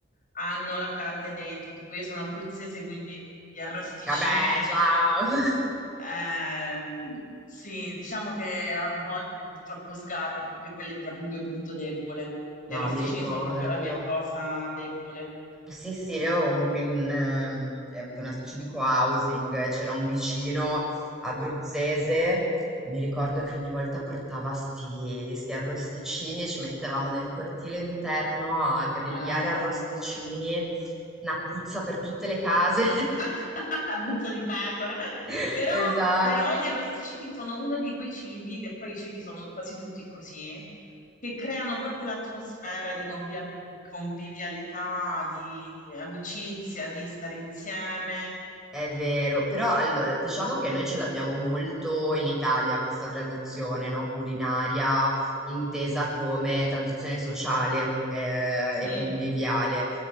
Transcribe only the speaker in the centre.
vabbè, ciao! <laughs>
No,
mi ricordo.
Sì, sì, io avevo un- qui in, ehm, eh, abito in una specie di co-housing, eh, c'era un vicino abruzzese, mi ricordo che ogni volta portava sti, sti arrosticini e ci mettevamo nel cortile interno a grigliare
arrosticini, una puzza per tutte le case.
<laughs>
Esatto.
È vero, però allora diciamo che noi ce l'abbiamo molto in Italia questa tradizione, no? Culinaria intesa come tradizione sociale eh,
e conviviale.